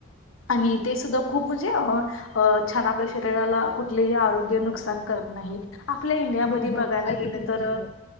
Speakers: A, on the left; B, on the left.
A: आणि ते सुद्धा खूप म्हणजे हं अं छान आपल्या शरीराला कुठलेही आरोग्य नुकसान कर नाही आपल्या इंडियामध्ये
B: हो
A: बघायला
B: हो अगदी
A: गेलं तर
B: बरोबर